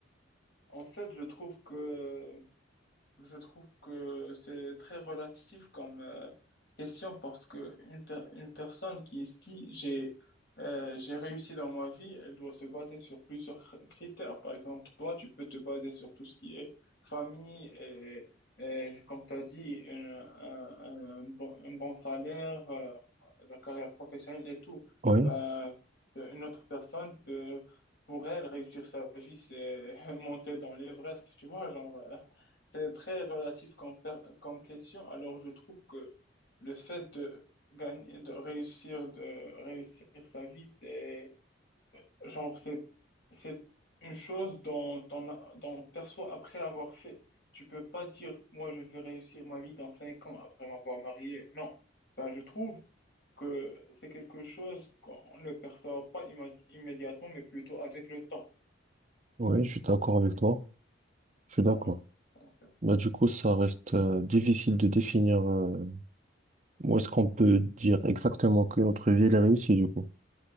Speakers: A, on the left; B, on the right.
A: en fait, je trouve que je trouve que c'est très relatif comme euh, question parce que une, per- une personne qui se dit j'ai euh, j'ai réussi dans ma vie, elle doit se baser sur plusieurs cr- critères. Par exemple, toi, tu peux te baser sur tout ce qui est famille et, et comme tu as dit, un, un- un bon, un bon salaire, euh, la carrière professionnelle et tout.
B: Oui,
A: Ben, une autre personne peut, pour elle, réussir sa vie, c'est <laughs> monter dans l'Everest, tu vois, genre. euh, c'est très relatif comme, per- comme question. Alors, je trouve que le fait de gagner, de réussir, de réussir sa vie, c'est genre, c'est, c'est une chose dont on, a- dont on perçoit après l'avoir fait. Tu peux pas dire, moi, je vais réussir ma vie dans cinq ans après m'avoir marié. Non. Ben, je trouve que c'est quelque chose qu'on ne perçoit pas imma- immédiatement, mais plutôt avec le temps.
B: oui, je suis d'accord avec toi. Je suis d'accord.
A: Ouais. Donc, euh,
B: Bah, du coup, ça reste euh, difficile de définir euh, où est-ce qu'on peut dire exactement que notre vie elle est réussie, du coup.